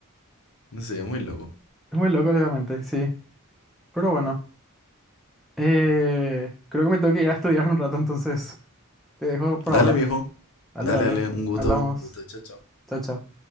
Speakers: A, on the left; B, in the centre.
A: No sé, es muy loco.
B: Es muy loco, obviamente, sí. Pero bueno, eh, creo que me tengo que ir a estudiar un rato, entonces te dejo por
A: Dale,
B: ahora.
A: viejo.
B: Dale,
A: Dale,
B: dale.
A: dale. Un gusto.
B: Hablamos.
A: Un gusto. Chao, chao.
B: Chao, chao.